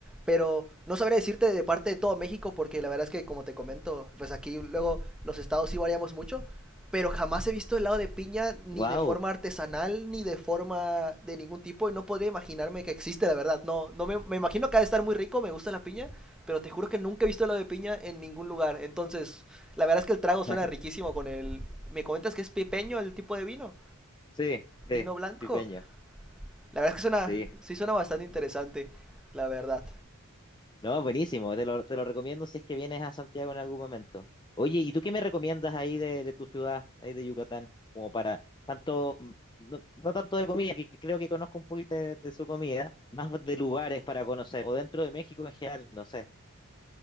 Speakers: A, in the centre; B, on the left.
A: pero no sabría decirte de parte de todo México porque la verdad es que como te comento, pues aquí luego los estados sí variamos mucho, pero jamás he visto helado de piña ni
B: ¡Wow!
A: de forma artesanal ni de forma de ningún tipo y no podría imaginarme que existe, la verdad. No, no me, me imagino que ha de estar muy rico, me gusta la piña, pero te juro que nunca he visto helado de piña en ningún lugar. Entonces, la verdad es que el trago suena
B: <laughs>
A: riquísimo con el... ¿Me comentas que es pipeño el tipo de vino?
B: Sí,
A: ¿Vino
B: sí,
A: blanco?
B: pipeño,
A: La verdad es que suena,
B: sí.
A: sí suena bastante interesante, la verdad.
B: No, buenísimo, te lo, te lo recomiendo si es que vienes a Santiago en algún momento. Oye, ¿y tú qué me recomiendas ahí de, de tu ciudad, ahí de Yucatán? Como para tanto, mm, no, no tanto de comida, que que creo que conozco un poquito de, de su comida, más de lugares para conocer, o dentro de México en general, no sé.